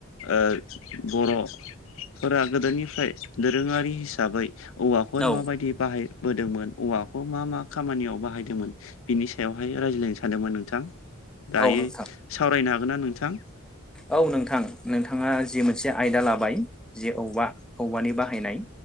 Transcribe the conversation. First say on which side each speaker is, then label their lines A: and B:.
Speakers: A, on the left; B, in the centre.
A: ओ बर'फोरा गोदोनिफ्राय दोरोङारि हिसाबै औवाखौहाय
B: औ
A: माबायदि बाहायबोदोंमोन औवाखौ मा मा खामानियाव बाहायदोंमोन बिनि सायावहाय रायज्लायनो सानदोंमोन नोंथां दायो
B: औ नोंथां
A: सावरायनो हागोनना नोंथां?
B: औ नोंथां नोंथाङा जि मोनसे आयदा लाबाय जे औवा औवानि बाहायनाय